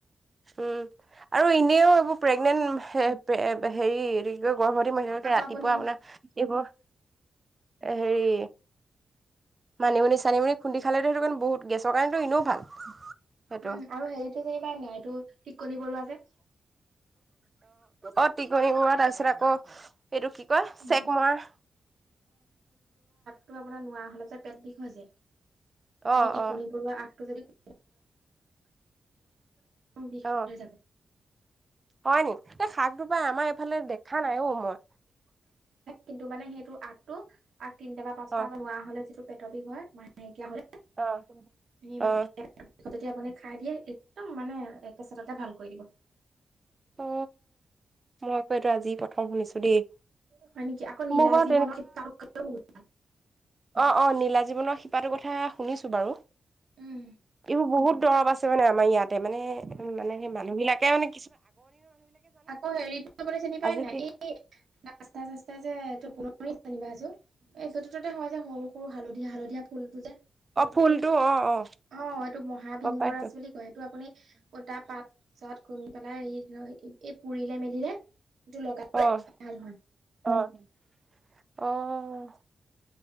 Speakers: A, on the right; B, on the right.
A: উম আৰু ই এও এইবোৰ প্ৰেগনেণ্ট মানুহে। এপ হেৰি গৰ্ভৱতী মহিলৈকে
B: আকৌ
A: ৰাতিপুৱা
B: আপুনি
A: আপোনাৰ এইবোৰ এ হেৰি মানিমুনি-চানিমুনি খুন্দী খালেতো সেইটো বহুত গেছৰ কাৰণেতটো এনেও ভাল। সেইটো
B: উম আৰু হেৰিটো যেনিবা নাইটো টিকনি বৰুৱা যে।
A: অ টিকনি মুৱা তাৰপাছত আকৌ এইটো কি কয়
B: উম
A: চেকমাহ
B: টো আপোনাৰ নোৱা হলে যে পেট বিষ হয় যে। সেই
A: অ
B: টিকনি
A: অ
B: বৰুৱা আগটো যদি <unintelligible> বিষ
A: অ
B: হৈ যাব।
A: হয় নি এই শাক দুপা আমাৰ এইফালে দে দেখা নাই অ মই।
B: কিন্তু মানে সেইটো আগটো আৰু তিনিটা বা পাঁচটা
A: অ
B: বনোৱা হ'লে যিটো পেটৰ বিষ হয় মাহেকীয়া হলে।
A: অ
B: এ
A: অ
B: মাহেকিয়া তেতিয়া আপুনি খাই দিয়ে একদম মানে একে চততে ভাল কৰি দিব।
A: অ মই আকৌ এইটো আজি প্ৰথম শুনিছো দেই।
B: হয় নেকি আকৌ নীলা
A: মোৰ বাৰু
B: জীৱনৰ তাতোকৈও বহুত
A: অ-অ নীলা জীৱনৰ শিপাটোৰ কথা শুনিছো বাৰু
B: উম
A: এইবোৰ বহুত দৰৱ আছে মানে আমাৰ ইয়াত। তে মানে-মানে সেই মানুহ বিলাক কেওনি
B: আকৌ হেৰিতো আপুনি চিনি পায়
A: আজি
B: নে নাই
A: কি
B: এই ৰাস্তাই-চাস্তাই যে এইটো বোনত, তোমালোকে জনিবা সেইটো এই য'তে-ত'তে হয় যে সৰু-সৰু হালধীয়া হালধীয়া ফুলটো যে।
A: অ ফুলটো অ অ
B: অ' এইটো মহা
A: গম
B: ভিংগ
A: পাইছো
B: ৰাজ বুলি কয় এইটো আপুনি উলটা পাত, চাত কোনটা নাই এই এ পুৰিলে মেলিলে এইটো লগালে
A: অহ-অহ-অহ,
B: ভাল হয়